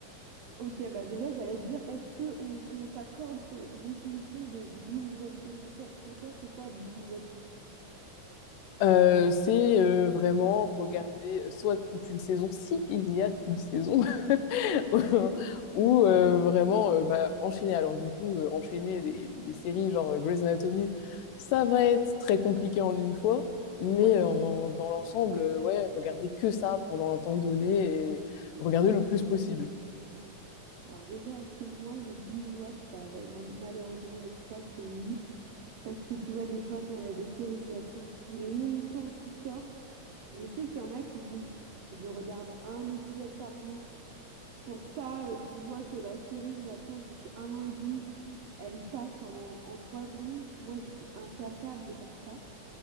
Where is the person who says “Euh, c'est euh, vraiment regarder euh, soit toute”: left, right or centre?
Left